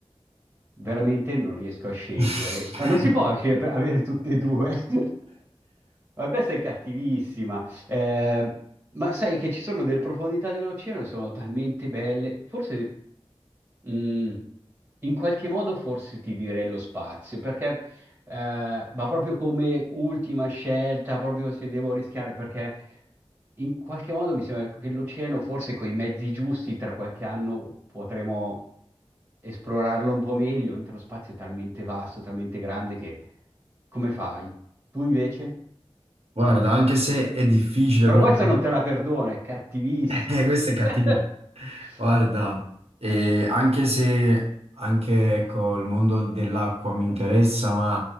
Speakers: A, on the right; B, on the right.
A: Veramente non riesco a scegliere.
B: <laughs>
A: Ma non si può sce- per- avere tutte e due. <laughs> Ma questa è cattivissima. Eh, Ma sai che ci sono delle profondità dell'oceano che sono talmente belle. Forse... Mm, in qualche modo forse ti direi lo spazio, perché eh, ma proprio come ultima scelta, proprio se devo rischiare, perché in qualche modo mi sembra che l'oceano, forse con i mezzi giusti, tra qualche anno potremo esplorarlo un po' meglio, mentre lo spazio è talmente vasto, talmente grande che come fai? Tu invece?
B: Guarda, anche se è difficile,
A: Però
B: però
A: questa
B: <laughs>
A: non te la perdono, è cattivissima.
B: eh, questo è cattivo.
A: <laughs>
B: Guarda, eh, anche se anche ecco, il mondo dell'acqua mi interessa, ma